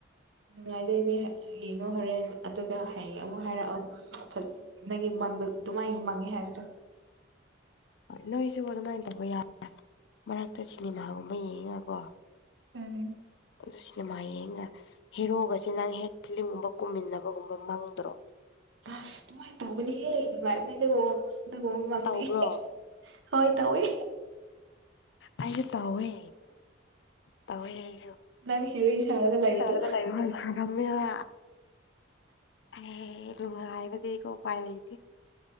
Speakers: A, on the right; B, on the left.
A: ꯅꯨꯡꯉꯥꯏꯗꯣꯏꯅꯦ ꯌꯦꯡꯉꯣ ꯍꯣꯔꯦꯟ ꯑꯗꯨꯒ ꯍꯌꯦꯡ ꯑꯃꯨꯛ ꯍꯥꯏꯔꯛꯑꯣ ꯅ ꯐꯖ ꯅꯪꯒꯤ ꯃꯡꯗꯣ ꯑꯗꯨꯃꯥꯏꯅ ꯃꯡꯉꯦ ꯍꯥꯏꯕꯗꯣ
B: ꯍꯣꯏ ꯅꯣꯏꯁꯨ ꯑꯗꯨꯃꯥꯏꯅ ꯇꯧꯕ ꯌꯥꯕ꯭ꯔꯥ ꯃꯔꯛꯇ ꯁꯤꯅꯦꯃꯥꯒꯨꯝꯕ ꯌꯦꯡꯉꯀꯣ
A: ꯎꯝ
B: ꯑꯗꯨ ꯁꯤꯅꯦꯃꯥ ꯌꯦꯡꯉꯒ ꯍꯦꯔꯣꯒꯁꯦ ꯅꯪ ꯍꯦꯛ ꯐꯤꯂꯝꯒꯨꯝꯕ ꯀꯨꯝꯃꯤꯟꯅꯕꯒꯨꯝꯕ ꯃꯪꯗ꯭ꯔꯣ
A: ꯑꯁ ꯑꯗꯨꯃꯥꯏꯅ ꯇꯧꯕꯅꯤꯍꯦ ꯅꯨꯡꯉꯥꯏꯕꯅꯦ ꯑꯗꯨꯒ ꯑꯗꯨꯒ ꯃꯪꯗꯤ
B: ꯇꯧꯕ꯭ꯔꯣ
A: ꯍꯣꯏ ꯇꯧꯏ
B: ꯑꯩꯁꯨ ꯇꯧꯋꯦ ꯇꯧꯋꯦꯅꯦ ꯑꯩꯁꯨ ꯋꯥꯔꯤ
A: ꯅꯪ ꯍꯦꯔꯣꯏꯟ ꯁꯥꯔꯒ ꯂꯩꯕꯗꯣ
B: ꯁꯥꯔꯒ ꯂꯩꯕꯔꯣ ꯁꯥꯔꯝꯃꯦꯕ ꯑꯦ ꯅꯨꯡꯉꯥꯏꯕꯗꯤ ꯀꯣ ꯎꯄꯥꯏ ꯂꯩꯇꯦ